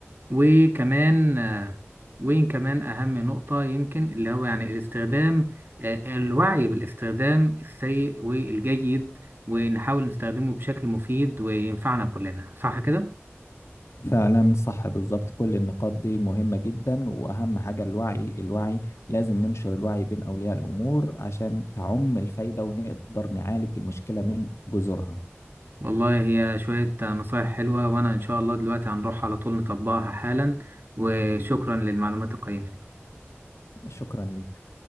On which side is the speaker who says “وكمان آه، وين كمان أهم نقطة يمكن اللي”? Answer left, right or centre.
Right